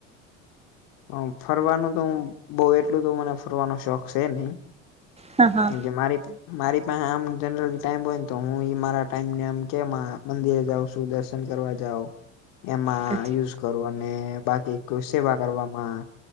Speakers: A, on the left; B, on the right.
A: અ ફરવાનું તો બઉ એટલું તો મને ફરવાનો શોખ છે નહી.
B: હા, હા.
A: કેમ કે મારી તો મારી પાસે આમ જનરલ ટાઈમ હોય ને તો હું મારા ટાઈમ ને આમ કેમ મંદિરે જાઉં છું, દસ કરવા જાવ એમાં
B: હા
A: યુઝ કરો અને બાકી કો સેવા કરવામ માં